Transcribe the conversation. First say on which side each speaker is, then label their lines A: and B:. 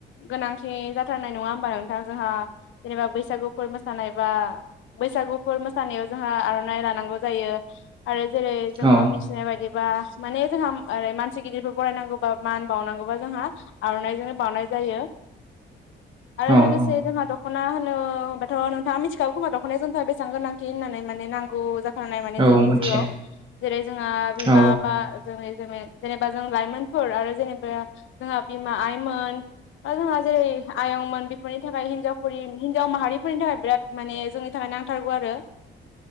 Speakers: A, on the left (about 75°); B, on the right (about 25°).
A: गोनांथि जाथारनाय नङा होमबा नोंथां जोंहा जेनेबा बैसागु फोर मोसानाय बा बैसागुफोर मोसानायाव जोंहा आर'नाइ लानांगौ जायो। आरो जेरै जोङो
B: औ
A: मिथिनाय बायदि बा माने जोंहा ओरै मानसि गिदिरफोर फरायनांगौबा मान बावनांगौबा जोंहा आर'नाइजोंनो बावनाय जायो आरो
B: औ
A: लोगोसे
B: औ
A: जोंहा दख'ना होनो होमबाथ' नोंथाङा मिथिखागौ खोमा दख'नाया जोंनि थाखाय बेसां गोनांथि होननानै माने नांगौ <unintelligible> माने
B: औ
A: जोंनि
B: मिथियो
A: जिउआव जेरै जोंहा बिमा
B: औ
A: बा जों जेनेबा जों लाइमोनफोर आरो जेनेबा जोंहा बिमा आइमोन जोंहा जेरै आयंमोन बेफोरनि थाखाय हिनजावफोर हिनजाव माहारिफोरनि थाखाय बिराद माने जोंनि थाखाय नांथारगौ आरो।